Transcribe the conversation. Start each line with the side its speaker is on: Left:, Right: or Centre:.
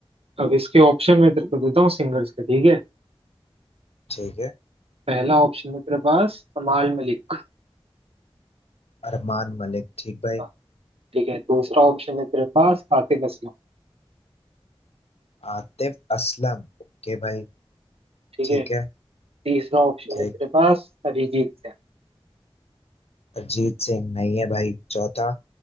Right: अब इसके ऑप्शन में तेरे को देता हूँ सिंगर्स के ठीक है
Left: ठीक है
Right: पहला ऑप्शन है तेरे पास कमाल मलिक
Left: अरमान मलिक ठीक भाई
Right: का ठीक है दूसरा ऑप्शन है तेरे पास आतिफ असलम
Left: आतिफ असलम ओके भाई
Right: ठीक
Left: ठीक
Right: है
Left: है
Right: तीसरा ऑप्शन
Left: ठीक
Right: है तेरे पास अरिजीत सिंह
Left: अरिजीत सिंह नहीं है भाई चौथा